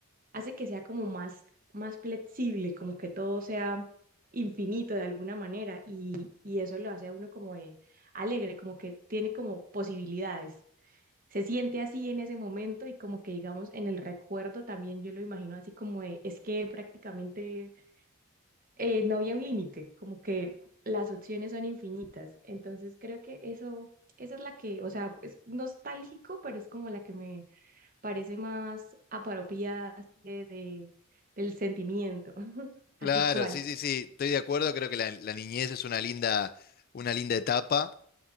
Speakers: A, on the right; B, on the left.
A: hace que sea como más, más flexible, como que todo sea infinito de alguna manera y, y eso lo hace a uno como de alegre, como que tiene como posibilidades. Se siente así en ese momento y como que digamos en el recuerdo también yo lo imagino así como de, es que prácticamente eh, no había un límite, como que las opciones son infinitas. Entonces creo que eso, esa es la que, o sea, es nostálgico, pero es como la que me parece más apropiada así de, de- del sentimiento. <laughs>
B: Claro,
A: ¿A ti cuál?
B: sí, sí, sí, estoy de acuerdo, creo que la, la niñez es una linda, una linda etapa